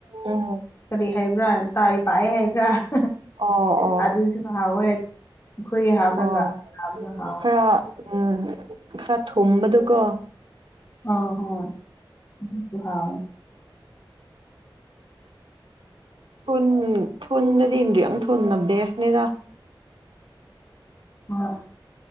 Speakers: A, on the right (about 70°); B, on the left (about 30°).
A: ꯎꯝ
B: ꯀꯔꯤ ꯍꯩꯕ꯭ꯔꯥ ꯑꯦꯟ ꯇ ꯄꯌꯦ ꯍꯥꯏꯩꯕ꯭ꯔꯥ
A: ꯑꯣ ꯑꯣ
B: ꯑꯗꯨꯁꯨ ꯍꯣꯏ ꯑꯩꯈꯣꯏ ꯍꯥꯞꯕ꯭ꯔꯒ
A: ꯑꯣ
B: ꯍꯥꯕꯒ ꯍꯥꯎꯋ
A: ꯈꯔ ꯎꯝ ꯈꯔ ꯊꯨꯝꯕꯗꯨꯀꯣ
B: ꯑ ꯍꯣꯏ ꯄꯨ ꯍꯥꯥꯎꯋꯦ
A: ꯊꯨꯝ ꯊꯨꯝꯅꯗꯤ ꯌꯥꯝ ꯐꯕꯅꯦ ꯕꯦꯁꯅꯤꯗ
B: ꯍꯣꯏ